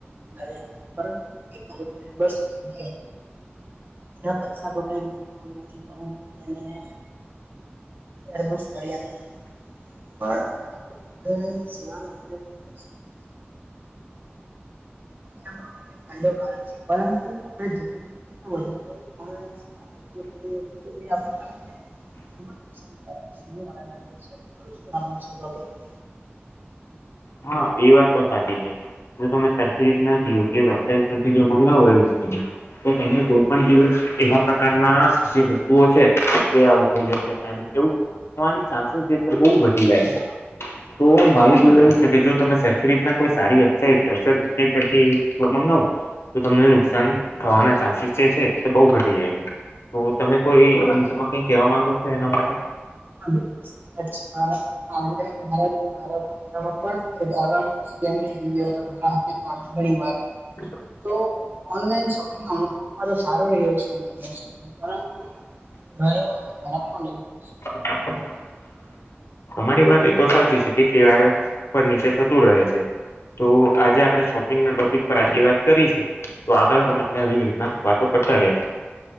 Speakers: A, on the right; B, on the left.
A: <unintelligible> પરંતુ <inaudible> બસ <unintelligible> એના પૈસા કપાય એના એકાઉન્ટમાંથી. પરંતુ તેને અ એમ જ મળ્યા નહી. પણ આપ સેવાનો ઉપયોગ ખુબ સાર <inaudible> તો એના માટે ફાયદોકારક છે પરંતુ આપણે જરૂરી વધારે <inaudible> ઉપયોગ કરીએ છીએ. એ આપણા માટે ખુબ જ નુકસાનકારક છે <unintelligible> તમારું શું માનવું છે એ બાબતે?
B: હા, એ વાત તો સાચી છે. જો તમે સરખી રીતના યોગ્ય વેબસાઇટ પરથી જો મંગાવો એ વસ્તુને તો તમને કોઈ પણ દિવસ એવા પ્રકારના જે વસ્તુઓ છે તે આવું થઈ જશે એમ કેવું થવાની ચાન્સીસ જે છે બહ ઘટી જાય છે તો મારું કહેવું એવું જો તમે સરખી રીતના કોઈ સારી વેબસાઈટ ટ્રસ્ટેડ વેબસાઇટ પરથી એ વસ્તુ મંગાવો તો તમને નુકસાન થવાના ચાન્સીસ જે છે એ બહુ ઘટી જાય છે. તો તમે કોઈ અશમાં કઈ કહેવા માંગો છો એના માટે?
A: હા બિલકુલ સાચી વાત છે મારા મારા મારા મારા પણ <unintelligible> <unintelligible> ઘણી વાર
B: <inaudible>
A: તો ઓનલાઇન શોપિંગનો અનુભવ માંરો સારો રહ્યો છે એમ મોસ્ટોફ તો. પરંતુ ઘણી વખત ખરાબ પણ <unintelligible>
B: <unintelligible> તમારી વાત એ તો સાચી છે કેટલીવાર ઉપર નીચે થતું રહે છે. તો આજે આપણે શોપ ગના ટોપિક પર આપટલી વાત કરી છે તો આગળ પણ આપણે આવી જ રીતના વાતો કરતા રહેશુ.